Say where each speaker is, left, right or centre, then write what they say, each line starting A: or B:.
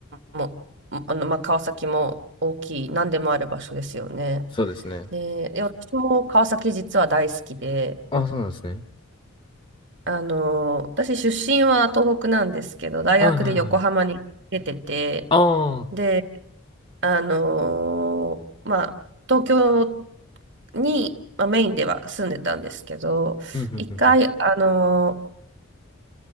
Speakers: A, on the right; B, on the left.
A: も、あの、ま、川崎も大きい、何でもある場所ですよね。
B: そうですね。
A: で、で私も川崎実は大好きで、
B: あ、そうなんですね。
A: あの、私出身は東北なんですけど、大学で横浜に出てて、
B: はいはいはい。ああ。
A: で、あの、まあ、東京に、まあ、メインでは住んでたんですけど、
B: うん、うん、
A: 一回、
B: うん、うん。
A: あの、